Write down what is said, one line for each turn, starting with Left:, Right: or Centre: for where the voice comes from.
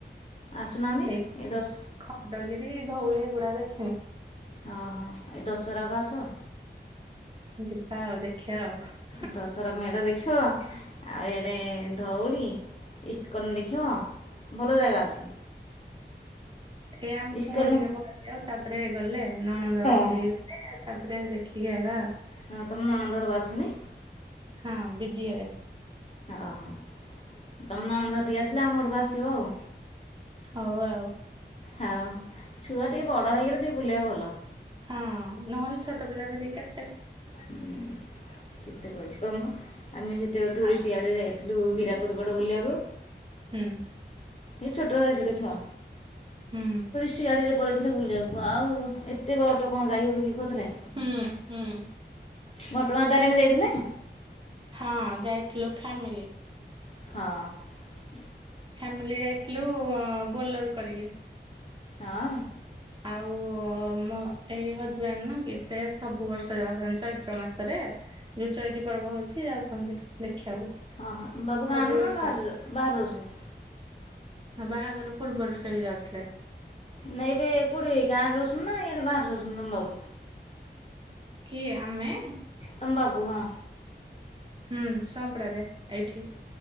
Left: ଆସୁନାହାନ୍ତି
Right: ଏଇ
Left: ଏ ଦଶ୍
Right: ଖଣ୍ଡଗିରି ଧଉଳି ହେଗୁରା ଦେଖିନି।
Left: ହଁ-ହଁ, ଏ ଦଶହରାକୁ ଆସ।
Right: ଯିବା, ଆଉ ଦେଖିବା ଆଉ।
Left: ଦଶହରା ମେଢ ଦେଖିବ, ଆଉ ଏଆଡେ ଧଉଳି ଇଷ୍କନ ଦେଖିବ, ଭଲ ଜାଗା ଅଛି।
Right: ଟିକେ ଆମ୍
Left: ଇସ୍କନ
Right: ପୁଅ ଟିକେ ବଡ ହେଇଯାଉ, ତାପରେ ଗଲେ ନଣଦଠି
Left: ହଁ
Right: ତାପରେ ଦେଖିକି ଆଇବା ଆଉ।
Left: ହଁ, ତମ ନଣନ୍ଦ ଘର ବା ଅଛନ୍ତି?
Right: ହଁ ବିଡିଏରେ।
Left: ହଁ-ହଁ, ତମ ନଣନ୍ଦ ଘରଠି ଆସିଲେ ଆମ ଘରକୁ ଆସିବ ଆଉ।
Right: ହଉ ଆଉ।
Left: ହଉ, ଛୁଆ ଟିକେ ବଡ଼ ହେଇଗଲେ ଟିକେ ବୁଲିବାକୁ ଭଲ।
Right: ହଁ, ନହେଲେ ଛୋଟ ପିଲା ଧରି କେତ୍
Left: ହୁଁ-ଉଁ, କେତେ <unintelligible> ଆମେ ଯେତେବେଳେ ଟୁରିଷ୍ଟ
Right: ହଁ
Left: ଗାଡିରେ ଯାଇ ଥିଲୁ ହୀରାକୁଦ ପଟ ବୁଲିବାକୁ।
Right: ହୁଁ।
Left: ଏ ଛୋଟ ହେଇଥିଲେ ଛୁଆ।
Right: ହୁଁ।
Left: ସେ ଗାଡ଼ିରେ ପଳେଇଥିଲୁ ବୁଲିବାକୁ ଆଉ ଏତେ ବାଟ କଣ ଯାଇହବ କି କୋଉଥିରେ।
Right: ହୁଁ ହୁଁ।
Left: ଘଟଗାଁ ତାରିଣୀ ଯାଇଥିଲେ?
Right: ହଁ ଯାଇଥିଲୁ ଫ୍ୟାମିଲି।
Left: ହଅ।
Right: ଫ୍ୟାମିଲି ଯାଇଥିଲୁ ବୋଲେର କରିକି।
Left: ହଁଅ?
Right: ଆଉ ମୋ ଏଇ ହଜବେଣ୍ଡ ନୁହଁ କି ସେ ସବୁ ବର୍ଷ ଯାଉଛନ୍ତି ଚୈତ୍ର ମାସରେ। ଯୋଉ ଚଇତି ପର୍ବ ହଉଛି ଯାଉଛନ୍ତି ଦେଖିବାକୁ
Left: ହଁ ହଁ ବାବୁ ଗାଁରେ
Right: ସବୁ
Left: ନା
Right: ବର୍ଷ।
Left: ବାହାରେ ବାହାରେ ରହୁଛନ୍ତି
Right: ହଁ ବାହାଘର ପୂର୍ବରୁ ସେ ବି ଯାଉଥିଲେ।
Left: ନାଇଁ ଏବେ କୋଉଠି ଗାଁରେ ରହୁ ଛନ୍ତି ନା ଇଆଡେ ବାହାରେ ରହୁଛନ୍ତି ତମ ବାବୁ।
Right: କିଏ ଆମେ।
Left: ତମ ବାବୁ ହଁ।
Right: ହୁଁ ସଂପଡା ରେ ଏଇଠି।